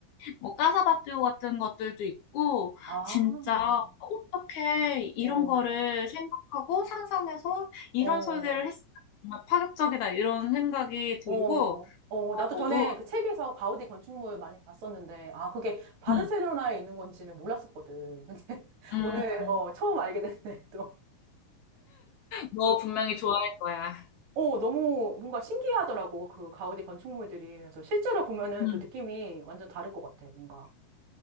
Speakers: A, on the left; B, on the right.
A: 뭐 까사바띠오 같은 것들도 있고,
B: 아,
A: 진짜 어떻게 이런
B: 어,
A: 거를 생각하고 상상해서 이런
B: 어,
A: 설계를 했을까 정말 파격적이다 이런 생각이 들고.
B: 어, 어.
A: 아
B: 나도
A: 너도?
B: 전에 그 책에서 가우디 건축물 많이 봤었는데, 아, 그게 바르셀로나에
A: 응,
B: 있는 건지는 몰랐었거든. 근데 <laughs>
A: 응.
B: 오늘, 어, 처음 알게 됐네, 또.
A: 너 분명히 좋아할 거야.
B: 어, 너무 뭔가 신기하더라고, 그 가우디 건축물들이. 그래서 실제로 보면은
A: 응,
B: 또 느낌이 완전 다를 것 같아, 뭔가.